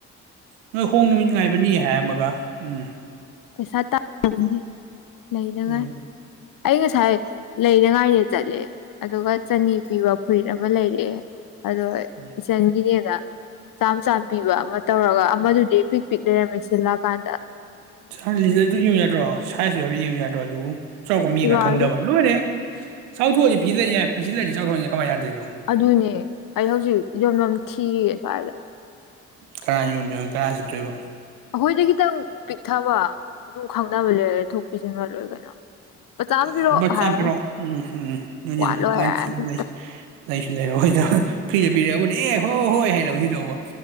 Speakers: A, on the right; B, on the left.
A: ꯅꯣꯏ ꯍꯣꯡ ꯅꯨꯃꯤꯠ ꯉꯥꯏꯕꯅꯤ ꯍꯥꯏꯔꯝꯃꯒ ꯎꯝ
B: ꯄꯩꯁꯥ ꯇꯥꯅ ꯅꯤ ꯂꯩꯅꯉꯥꯏ
A: ꯎꯝ
B: ꯑꯩ ꯉꯁꯥꯏ ꯂꯩꯅꯉꯥꯏꯗ ꯆꯠꯂꯦ ꯑꯗꯨꯒ ꯆꯅꯤ ꯄꯤꯕ ꯐꯨꯔꯤꯠ ꯑꯃ ꯂꯩꯔꯛꯑꯦ ꯑꯗꯣ
A: ꯎꯝ
B: ꯏꯆꯟꯒꯤꯅꯦꯅ ꯆꯥꯝ ꯆꯥꯝ ꯄꯤꯕ ꯑꯃ ꯇꯧꯔꯒ ꯑꯃꯗꯨꯗꯤ ꯄꯤꯛ ꯄꯤꯛ ꯂꯩꯔꯝꯃꯦ ꯁꯤꯗꯂꯥꯛꯀꯥꯟꯗ
A: ꯑꯗꯨ ꯌꯦꯡꯉꯨ ꯌꯥꯗ꯭ꯔꯣ ꯁꯥꯏꯖꯁꯨ ꯍꯥꯏꯐꯦꯠ ꯌꯦꯡꯉꯨ ꯌꯥꯗ꯭ꯔꯣ ꯑꯗꯨꯕꯨ ꯆꯥꯎꯕ ꯃꯤꯅ
B: ꯏꯕꯥꯜꯂꯦ
A: ꯈꯪꯗꯕ ꯂꯣꯏꯔꯦꯍꯦ ꯆꯥꯎꯊꯣꯛꯑꯗꯤ ꯄꯤꯛꯁꯍꯜ ꯌꯥꯏ ꯄꯤꯛꯁꯤꯜꯗꯤ ꯆꯥꯎꯊꯣꯛꯍꯜꯒꯦ ꯀꯃꯥꯏ ꯌꯗꯣꯏꯅꯣ
B: ꯑꯗꯨꯅꯦ ꯑꯩ ꯍꯧꯖꯤꯛ ꯌꯣ ꯌꯥꯝ ꯊꯤꯔꯤꯌꯦ ꯁ꯭ꯋꯥꯏꯗ
A: ꯀꯔꯥꯏ ꯌꯣꯟꯗꯣꯏꯕ ꯀꯔꯥꯏ ꯁꯤꯠꯇꯣꯏꯕ
B: ꯑꯈꯣꯏꯗꯒꯈꯤ ꯇꯧ ꯄꯤꯛꯊꯕ ꯑꯗꯨꯝ ꯈꯪꯅꯕ ꯂꯩꯔꯦ ꯊꯣꯛꯄꯤꯁꯤꯟꯒꯂꯣꯏꯔꯦ ꯀꯩꯅꯣ ꯃꯆꯥ ꯑꯃ
A: ꯑꯣ
B: ꯄꯤꯔꯛꯑꯣ
A: ꯂꯨꯄ ꯆꯥꯝꯄ
B: ꯍꯥꯏꯔ
A: ꯄꯤꯔꯛ ꯑꯣ ꯎꯝ ꯍꯨꯝ ꯅꯣꯏ ꯅꯤ
B: ꯋꯥꯠꯂꯣ ꯍꯥꯏꯔꯛꯑꯅꯤ
A: ꯆꯦꯟ ꯂꯩ ꯂꯩꯁꯨ ꯂꯩꯔꯣꯑꯣꯗ ꯐ꯭ꯔꯤꯗ ꯄꯤꯔꯑꯕꯨꯗꯤ ꯑꯦ ꯍꯣꯏ ꯍꯣꯏ ꯍꯥꯏꯔ ꯂꯧꯒꯤꯗꯧꯕ